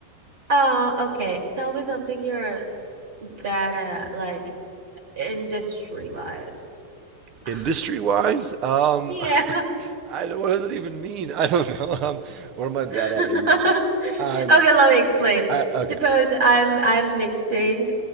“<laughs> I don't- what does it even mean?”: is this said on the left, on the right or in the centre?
Right